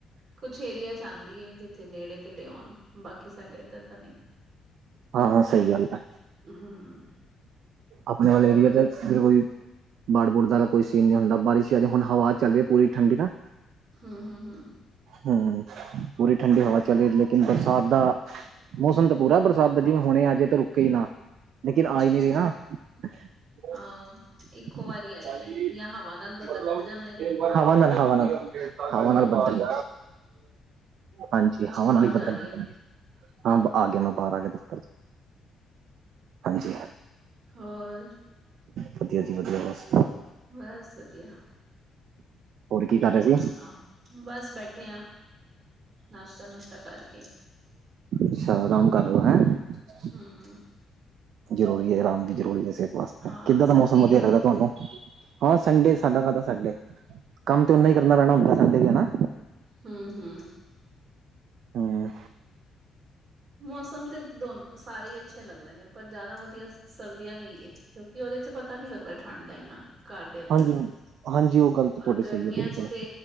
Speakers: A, on the right; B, on the right.
A: ਕੁਛ ਏਰੀਆ ਚ ਆਂਦੀ ਏ, ਜਿੱਥੇ ਨੇੜੇ ਤੇੜੇ ਆਉਣ ਬਾਕੀ ਸਾਡੇ ਇੱਧਰ ਤਾਂ ਨਹੀ।
B: ਹਾਂ ਹਾਂ ਸਹੀ ਗੱਲ ਏ।
A: ਹੂੰ।
B: ਅਪਣੇ
A: ਹੋਰ
B: ਵਾਲੇ ਏਰੀਏ ਤੇ ਫੇਰ ਓਹੀ, ਬਾੜ ਬੂੜ ਵਾਲਾ ਕੋਈ ਸੀਨ ਨੀ ਹੁੰਦਾ ਬਾਰਿਸ਼ ਆਜੇ, ਹੁਣ ਹਵਾ ਚੱਲ ਰਹੀ ਪੂਰੀ ਠੰਡੀ ਨਾ
A: ਹੂੰ ਹੂੰ ਹੂੰ
B: ਹੂੰ, ਪੂਰੀ ਠੰਡੀ ਹਵਾ ਚੱਲ ਰਹੀ ਲੇਕਿਨ ਬਰਸਾਤ ਦਾ ਮੌਸਮ ਤਾਂ ਪੂਰਾ ਬਰਸਾਤ ਦਾ ਜਿਵੇਂ ਹੁਣੇ ਆ ਅਜੇ ਤਾਂ ਰੁਕੇ ਹੀ ਨਾ। ਲੇਕਿਨ
A: ਅੱਛਾ
B: ਆਈ ਨਹੀ
A: ਅੱਛਾ
B: ਰਹੀ ਨਾ, <unintelligible>
A: ਹਾਂ ਇੱਕੋ ਵਾਰੀ ਆਏਗੀ ਜਾਂ ਹਵਾ ਨਾਲ ਬੱਦਲ ਉੱਡ ਜਾਂਦੇ ਨੇ
B: ਹਵਾ ਨਾਲ ਹਵਾ ਨਾਲ
A: ਹੂੰ
B: ਬਦੱਲ ਹਾਂਜੀ
A: ਪਿੱਛੇ
B: ਹਵਾ
A: ਆਵਾਜ਼
B: ਨਾਲ ਹੀ ਬੱਦਲ
A: ਆ ਰਹੀ ਹੈ
B: ਹਾਂ ਆ ਗਿਆ ਮੈਂ ਬਾਹਰ ਆ ਗਿਆ ਦਫ਼ਤਰ ਚੋ, ਹਾਂਜੀ
A: ਹੋਰ
B: ਵਧਿਆ ਜੀ ਵਧਿਆ, ਬਸ
A: ਬਸ ਵਧੀਆ,
B: ਕੀ ਕਰ ਰਹੇ
A: ਹੋਰ
B: ਸੀ
A: ਸੁਣਾਓ। ਬਸ ਬੈਠੇ ਹਾਂ ਨਾਸ਼ਤਾ ਨੁਸ਼ਤਾ ਕਰਕੇ
B: ਅੱਛਾ ਆਰਾਮ ਕਰ ਰਹੇ ਹੋ, ਹੈਂ।
A: ਹੂੰ ਹੂੰ
B: ਜ਼ਰੂਰੀ ਏ, ਆਰਾਮ ਵੀ ਜ਼ਰੂਰੀ ਏ, ਸੇਹਤ ਵਾਸਤੇ।
A: ਹਾਂ
B: ਕਿੱਦਾਂ ਦਾ
A: ਸੰਡੇ
B: ਮੌਸਮ ਵਧੀਆ
A: ਹੈ
B: ਲੱਗਦਾ ਤੁਹਾਨੂੰ? ਹਾਂ ਸੰਡੇ, ਸਾਡਾ ਕਾਹਦਾ ਸੰਡੇ। ਕੰਮ ਤੇ ਓਨਾ ਹੀ ਕਰਨਾ ਪੈਣਾ ਹੁੰਦਾ ਸੰਡੇ ਵੀ, ਹੈਨਾ।
A: ਹੂੰ ਹੂੰ
B: ਹੂੰ।
A: ਮੌਸਮ ਤੇ ਦੋਨ ਸਾਰੇ ਹੀ ਅੱਛੇ ਲੱਗਦੇ ਨੇ ਪਰ ਜ਼ਿਆਦਾ ਵਧੀਆ ਸਰਦੀ ਦਾ ਹੀ ਲੱਗਦਾ ਏ ਸਰਦੀਆਂ ਦੇ ਕਿਉਂਕਿ ਉਹਦੇ ਚ ਪਤਾ ਨਹੀਂ ਲੱਗਦਾ ਠੰਡ ਦਾ ਇੰਨਾ। ਘਰ ਦੇ ਅੰਦਰ
B: ਹਾਂਜੀ ਹਾਂਜੀ ਉਹ ਗੱਲ ਤਾਂ
A: ਰ
B: ਤੁਹਾਡੀ
A: ਗਰਮੀਆਂ
B: ਸਹੀ ਹੈ ਬਿਲਕੁਲ
A: ਚ ਤੇ